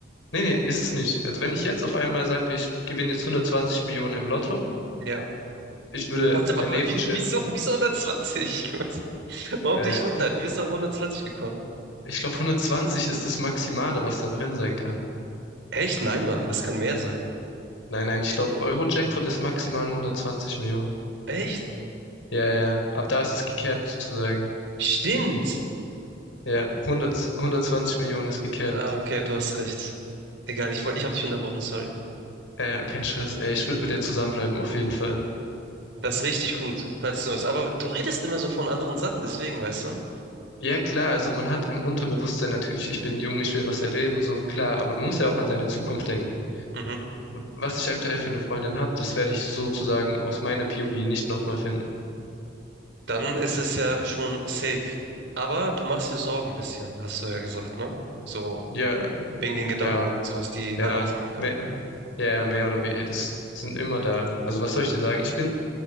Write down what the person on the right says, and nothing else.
Ja.
<laughs>
Warte
mal, wie-
wieso, wieso 120? <laughs> Warum
nicht 100? Wie bist du auf 120 gekommen?
Echt? Nein, Mann, das kann mehr sein.
Echt?
Stimmt.
Ah, okay, du hast recht. Egal, ich, woll- ich habe dich unterbrochen, sorry.
Das ist richtig gut, falls du es so ist. Aber du redest immer so von anderen Sachen, deswegen, weißt du?
Mhm.
Dann ist es ja schon safe. Aber du machst dir Sorgen ein bisschen, hast du ja gesagt, ne? So
Wegen den Gedanken,
sowas, die
halt aufkommen können.